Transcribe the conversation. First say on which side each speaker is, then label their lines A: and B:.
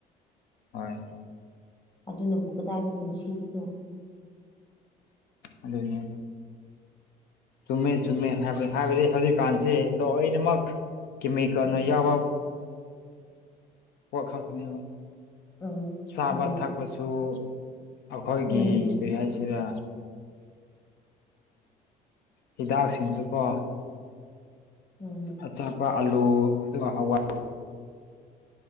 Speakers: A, on the left; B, on the left.
A: ꯍꯣꯏ
B: ꯑꯗꯨꯅꯕꯨ ꯀꯗꯥꯏꯗ ꯄꯨꯟꯁꯤꯒꯤꯅꯣ
A: ꯑꯗꯨꯗ ꯆꯨꯝꯃꯦ ꯆꯨꯝꯃꯦ ꯍꯥꯏꯕ ꯍꯥꯏꯕꯗꯤ ꯍꯧꯖꯤꯛꯀꯥꯟꯁꯤꯦ ꯂꯣꯏꯅꯃꯛ ꯀꯃ ꯀꯅꯥ
B: ꯎꯝ
A: ꯌꯥꯕ ꯋꯥ ꯈꯥ ꯀꯅꯤꯅ
B: ꯎꯝ
A: ꯆꯥꯕ
B: ꯎꯝ
A: ꯊꯛꯄꯁꯨ ꯑꯩꯈꯣꯏꯒꯤ
B: ꯎꯝ
A: ꯀꯔꯤ ꯍꯥꯏꯁꯤꯔ ꯍꯤꯗꯥꯛꯁꯤꯡꯁꯨꯀꯣ
B: ꯎꯝ
A: ꯑꯆꯥꯄ ꯑꯥꯂꯨ ꯑꯗꯨꯒ ꯍꯋꯥ